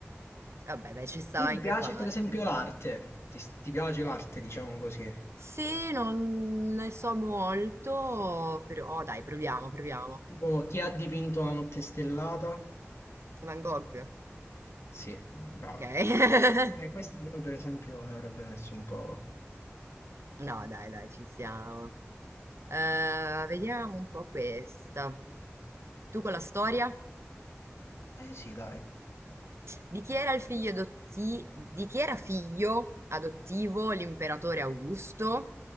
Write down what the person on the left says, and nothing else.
Ti, ti
piace
per esempio l'arte? Ti, ti piace l'arte, diciamo così?
Tipo, chi ha dipinto la notte stellata?
Sì, brava.
Eh, questa io per esempio ne avrebbe messo un po'.
Eh sì, dai.